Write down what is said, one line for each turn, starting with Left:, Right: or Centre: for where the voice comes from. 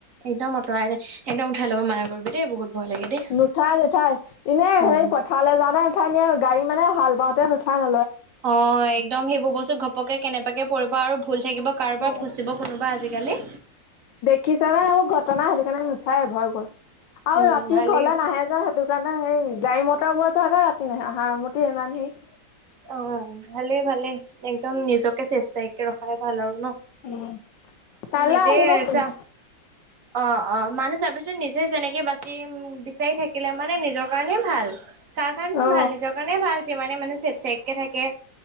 Right: একদম আঁতৰাই দে একদম উঠাই ল'ব মানা কৰিবি দে বহুত ভয় লাগে দেই
Left: নুঠাই নুঠাই এনে
Right: উম।
Left: সেই পথাৰলে যাওঁতে নুঠাই নিয়ে গাড়ী মানে হাল বাওঁতে নুঠাই ন
Right: অ একদম সেইবোৰ বস্তুত ঘপ পকে কেনেবাকে পৰিব আৰু ভুল থাকিব কাৰোবাৰ ফচিব
Left: অ
Right: কোনোবা আজিকালি
Left: কি জানা আও ঘটনা সেটো চাই ভয় কৰ আও
Right: উম
Left: ৰাতি
Right: ভালেই
Left: ঘৰলে
Right: হৈছে
Left: নাহে যে সেইটো কাৰণে সেই গাড়ী মটৰ গোৱা যোৱা না ৰাতি নহয় আহাৰ মঠ ইমান সেই
Right: অ', ভালে ভালে একদম নিজকে চেফ চাইডকে ৰখাই ভাল আৰু ন?
Left: উ, কাইলে
Right: নিজে
Left: আহিব তুমি।
Right: চা অ', অ', মানুহ চাবিচোন নিজে যেনেকে বাচি াই থাকিলে মানে নিজৰ কাৰণে ভাল। কাৰ কাৰণে
Left: অ
Right: ভাল নিজৰ কাৰণে ভাল যিমানে মানুহ চেফ চাইডকে থাকে।